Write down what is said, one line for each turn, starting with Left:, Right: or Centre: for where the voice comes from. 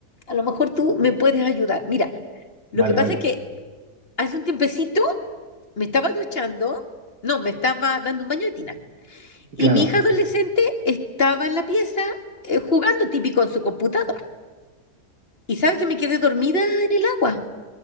Left: a lo mejor tú me puedes ayudar. Mira, lo
Right: Vale,
Left: que pasa
Right: vale.
Left: es que hace un tiempecito me estaba duchando, no, me estaba dando un baño de tina. Y
Right: Claro.
Left: mi hija adolescente estaba en la pieza eh, jugando típico en su computador. Y sabes que me quedé dormida en el agua.